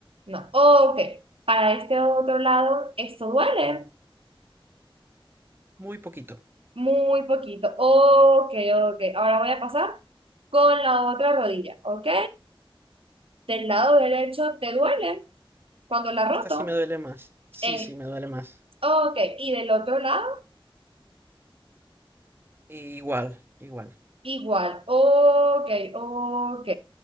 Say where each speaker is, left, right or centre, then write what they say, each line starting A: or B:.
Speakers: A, on the right; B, on the right.
A: No. Ok. Para este otro lado, ¿esto duele?
B: muy poquito.
A: Muy poquito. Ok, ok. Ahora voy a pasar con la otra rodilla, ¿ok? Del lado derecho te duele cuando la
B: Esta
A: roto.
B: sí me duele más. Sí,
A: Eh,
B: sí, me duele más.
A: ok. Y del otro lado
B: E- igual, igual.
A: igual. Ok, ok.